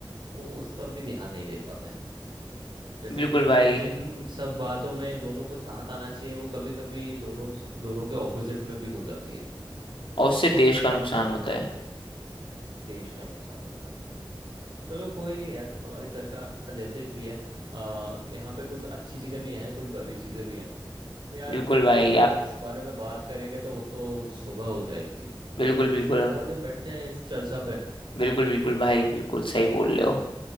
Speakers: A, on the right; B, on the left.
A: वो उस पर भी ध्यान नहीं दे पाते हैं जैसे
B: बिल्कुल
A: जिन
B: भाई
A: जिन सब बातों में दोनों को साथ आना चाहिए वो कभी कभी दोनों दोनों के ऑपोजिट में भी हो जाती है
B: और उससे देश का नुकसान होता है
A: देश का नुकसान होता है चलो कोई नहीं यार हमारी सरकार जैसे भी है आ, यहाँ पे कुछ अच्छी चीजें भी हैं कुछ बुरी चीजें भी हैं तो यार
B: बिल्कुल भाई
A: अगर हम
B: आप
A: इस बारे में बात करेंगे तो वो तो सुबह हो जाएगी
B: बिल्कुल
A: हम किसी
B: बिल्कुल
A: और दिन बैठते हैं इस चर्चा पे
B: बिल्कुल बिल्कुल भाई बिल्कुल सही बोल रहे हो